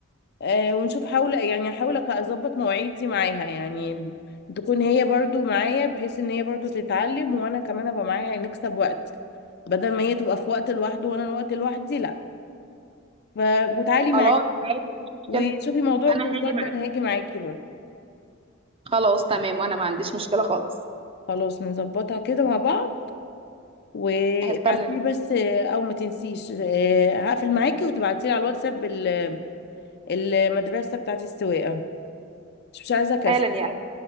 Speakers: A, on the left (about 50°); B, on the right (about 25°).
A: آه ونشوف حاول يعني احاول أك- اظبط مواعيدي معاها يعني تكون هي برضو معايا بحيث ان هي برضو تتعلم وانا كمان ابقى معايا نكسب وقت بدل ما هي تبقى في وقت لوحده وانا الوقت لوحدي لا ف... وتعالي معايا
B: خلاص عادي مفيش مشكلة
A: وشوفي موضوع الكورسات
B: انا هاجي معاك
A: ده انا هاجي معاكي برضو
B: خلاص تمام وانا ما عنديش مشكلة خالص
A: خلاص نظبطها كده مع بعض وابعتيلي
B: هستنى
A: بس آه، او ما تنسيش آه، هقفل معاكي وتبعتيلي على الواتساب ال- المدرسة بتاعت السواقة مش مش عايزه كسل
B: حالا يا